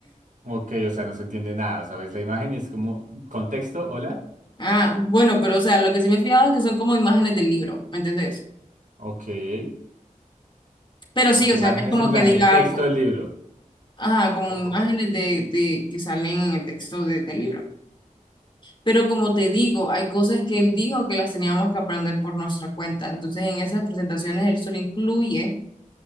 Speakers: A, on the right; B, on the left.
A: Ok, o sea, no se entiende nada, o sea, ves la imagen y es como, ¿contexto? ¿Hola?
B: Ah, bueno, pero o sea, lo que sí me he fijado es que son como imágenes del libro, ¿me entendés?
A: Ok. Imágenes
B: Pero sí, o
A: en
B: sea, no es como
A: plan
B: que diga
A: del texto
B: algo.
A: del libro.
B: Ah, como
A: ¿O
B: imágenes
A: cómo?
B: de, de que salen en el texto de- del libro. Pero como te digo, hay cosas que él dijo que las teníamos que aprender por nuestra cuenta. Entonces, en esas presentaciones él solo incluye